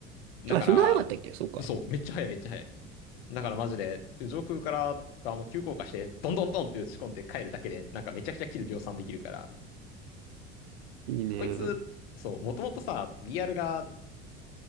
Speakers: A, on the left; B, on the right.
A: だから、
B: あ、そんな早かったっけそうか。
A: そう、めっちゃ速い、めっちゃ速い。だからマジで、上空から、あの、急降下して、どんどんどんって打ち込んで帰るだけで、なんかめちゃくちゃキル量産できるから、
B: いいね。
A: こいつ、そう、もともとさ、BR が、